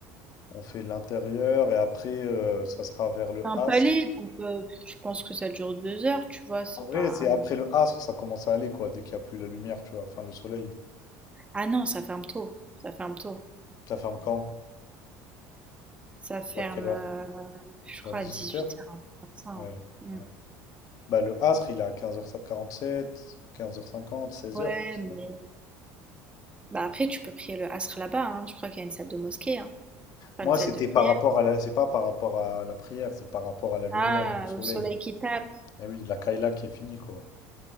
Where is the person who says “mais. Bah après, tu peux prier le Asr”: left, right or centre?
Right